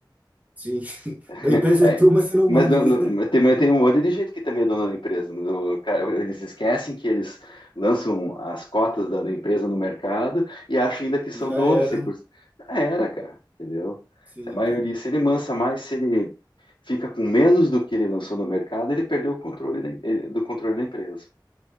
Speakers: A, on the right (about 20°); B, on the left (about 75°).
A: Sim. <laughs>
B: <laughs>
A: A empresa
B: Aí,
A: é tua, mas você não
B: mas
A: manda
B: não-
A: aqui.
B: não- mas tem, mas tem um monte de gente que também é dona da empresa. no- cara, eles esquecem que eles lançam as cotas da, da empresa no mercado e acham
A: <laughs>
B: ainda que são
A: Já
B: donos
A: era.
B: 100%.
A: né?
B: Já era, cara, entendeu?
A: Sim,
B: Se a maioria, se ele mansa mais, se ele fica com menos do que ele lançou no mercado, ele perdeu o controle da- ele- do controle da empresa.